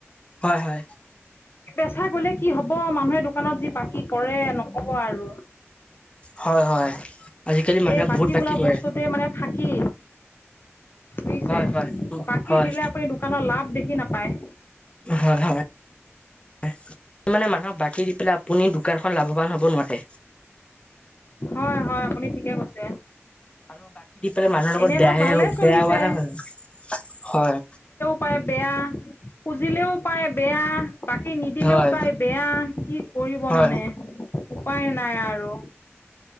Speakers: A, on the left; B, on the left.
A: হয়, হয়।
B: বেচা গ'লে কি হ'ব? মানুহে দোকানত যি বাকি কৰে নক'ব আৰু।
A: হয়। হয়। আজিকালি মানুহে
B: এই বাকী
A: বহুত
B: বোলা
A: কৰে
B: বস্তুটোৱে মানে ফাঁকী। বুইছে?
A: হয় হয়
B: বাকী
A: হয়
B: দিলে আপুনি দোকানৰ লাভ দেখি নাপায়।
A: হৰ হাৰে <unintelligible> মানুহক বাকী দি পেলাই আপুনি দোকানখন লাভৱান হ'ব নোৱাৰে।
B: হয়। হয়। আপুনি ঠিকে কৈছে।
A: আৰু বাকী দি পেলাই মানুহৰ
B: এনে
A: লগত বেয়াহে
B: ধৰক ভালে
A: হ'ব,
B: চলিছে
A: বেয়া হোৱাহে হ'ল। হয়।
B: পায় বেয়া, খুজিলেও পায় বেয়া, বাকী নিদিলেও
A: হয়
B: পায় বেয়া, কি কৰিব
A: হয়
B: মানে উপায় নাই আৰু।